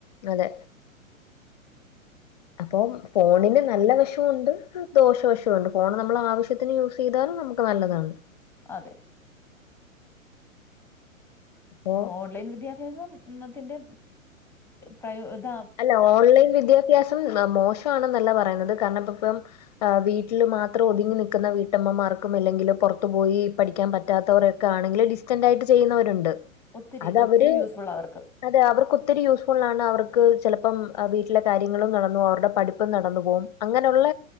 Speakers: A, on the left; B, in the centre.
A: അതെ. അപ്പൊ ഫോണിന് നല്ല വഷമുണ്ട് ദോഷവശവുണ്ട് ഫോൺ നമ്മൾ ആവശ്യത്തിന് യൂസ് ചെയ്താലും നമുക്ക് നല്ലതാണ്
B: അതെ
A: അപ്പോ
B: ഓൺലൈൻ വിദ്യാഭ്യാസത്തിന്റെ പ്രത
A: അല്ല ഓൺലൈൻ വിദ്യാഭ്യാസം മോശമാണെന്നല്ല പറയുന്നത് കാരണം ഇപ്പ ഇപ്പം വീട്ടിൽ മാത്രം ഒതുങ്ങി നിൽക്കുന്ന വീട്ടമ്മമാർക്കും അല്ലെങ്കിൽ പുറത്തു പോയി പഠിക്കാൻ പറ്റാത്തവർ ണെങ്കിൽ ഡിസ്റ്റന്റ് ആയിട്ട് ചെയ്യുന്നവരുണ്ട്
B: ഒത്തിരി
A: അത്
B: ഒത്തിരി
A: അവര്
B: യൂസ്ഫുൾ അവർക്ക്
A: അതെ അവർക്ക് ഒത്തിരി യൂസ്ഫുൾ ആണ് അവർക്ക് ക്ക് ചെലപ്പം വീട്ടിലെ കാര്യങ്ങളും നടന്നു പോകും അവരുടെ പഠിപ്പും നടന്നു പോകും അങ്ങനെയുള്ള